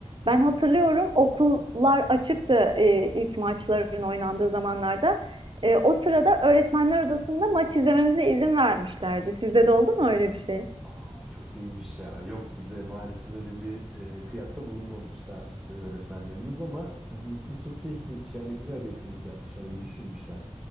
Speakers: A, on the right; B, in the centre.
A: Ben hatırlıyorum okullar açıktı e, ilk maçların oynandığı zamanlarda. E, o sırada öğretmenler odasında maç izlememize izin vermişlerdi. Sizde de oldu mu öyle bir şey?
B: Aa çok iyiymiş ya. Yok bize maalesef böyle bir e, kıyakta bulunmamışlardı öğretmenlerimiz ama sizin için çok keyifliymiş. Yani güzel bir etkinlik yapmışlar, iyi düşünmüşler.